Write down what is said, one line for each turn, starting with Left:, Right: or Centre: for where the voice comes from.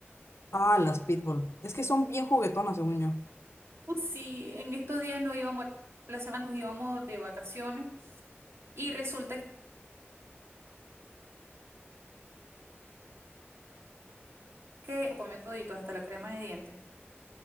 Left: Ah, las pitbull. Es que son bien juguetonas, según yo.
Right: Uh, Sí, en estos días nos íbamos, la semana nos íbamos de vacaciones y resulta que comió todito, hasta la crema de dientes.